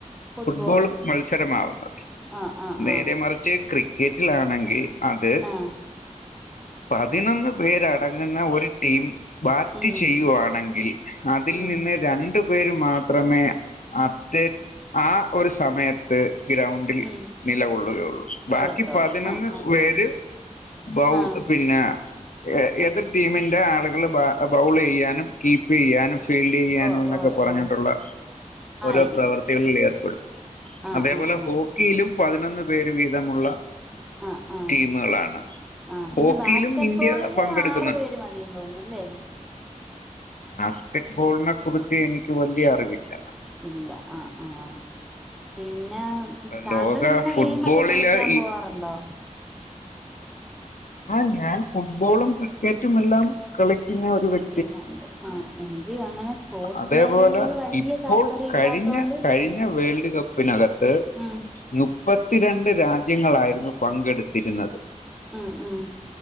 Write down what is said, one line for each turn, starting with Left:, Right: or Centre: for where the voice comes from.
Centre: ഫുട്ബോള്
Left: ഫുട്ബോൾ മത്സരമാവുന്നത്
Centre: ആ ആ
Left: നേരെ
Centre: ആ
Left: മറിച്ച് ക്രിക്കറ്റിലാണെങ്കിൽ അത്
Centre: ആ
Left: പതിനൊന്ന് പേരടങ്ങുന്ന ഒരു ടീം ബാറ്റ്
Centre: ഉം
Left: ചെയ് ചെയ്യുവാണെങ്കിൽ അതിൽ
Centre: ഉം
Left: നിന്ന് രൻ ണ്ട് പേര് മാത്രമേ അറ്റ ആ ഒരു സമയ ത്ത് ഗ്രൗണ്ടിൽ
Centre: ഉം
Left: നിലകൊള്ളുകയൊള്ളൂ,
Centre: കൊള്ളത്തോളൂ
Left: ബാക്കി പതിനൊന്ന്
Centre: ആ ആ
Left: പേര് ബൗപിന്നെ
Centre: ആ
Left: എ എതിർ ടീമിന്റെ ആളുകള് ബ ബൗളെയ്യാനും കീപ്പെയ്യാനും ഫീൽഡെയ്യാന്
Centre: ഓ
Left: ന്നൊക്കെ
Centre: ഓ
Left: പറഞ്ഞിട്ടുള്ള
Centre: ഓ
Left: ഓരോ
Centre: ആയിരിക്കും
Left: പ്രവർത്തികള്ൽ ഏർപ്പെടും
Centre: ആ
Left: അതേ
Centre: ആ
Left: പോലെ
Centre: ആ
Left: ഹോ കിയിലും പതിനൊന്ന് പേര് വീതമുള്ള
Centre: ആ ആ
Left: ടീമുകളാണ്
Centre: ആഹ് പിന്നെ
Left: ഹോക്കിയിലും
Centre: ബാസ്കറ്റ്
Left: ഇന്ത്യ
Centre: ബോളില്
Left: പങ്കെടുക്കുന്ന
Centre: ആറു <unintelligible>
Left: ബാസ്ക്കറ്റ് ബോള്നെ കുറിച്ച് എനിക്ക് വല്യ അറിവില്ല.
Centre: ഇല്ല ആഹ് ആഹ്. പിന്നെ താങ്കളിങ്ങനെ
Left: ലോക ഫുട്ബോളില്
Centre: ഗെയിമക്കെ കളിക്ക്യാൻ
Left: ഈ
Centre: പോവാറുണ്ടോ?
Left: ആഹ് ഞാൻ ഫുട്ബോളും ക്രിക്കറ്റും എല്ലാം കളിക്കുന്ന ഒരു വ്യ
Centre: <unintelligible> ഉണ്ട് ആ എനിക്ക് അങ്ങനെ സ്പോർട്സ്
Left: അതേപോലെ
Centre: മേഖലയിൽ വല്യ
Left: ഇപ്പോൾ
Centre: താല്പര്യം
Left: കഴിഞ്ഞ
Centre: ഇല്ലാത്തോണ്ട്.
Left: കഴിഞ്ഞ വേൾഡ് ക പ്പിനകത്ത്
Centre: ഉം
Left: നുപ്പത്തിരണ്ട് രാജ്യങ്ങളായിരുന്നു പങ്കെടുത്തിര്ന്നത്.
Centre: ഉം ഉം.